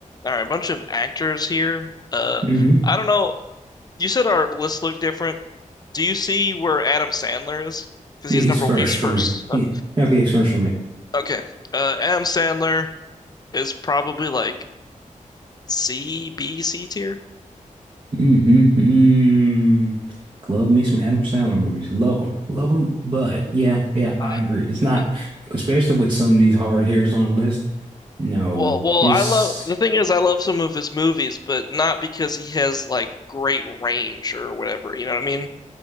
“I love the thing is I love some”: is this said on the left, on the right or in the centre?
Left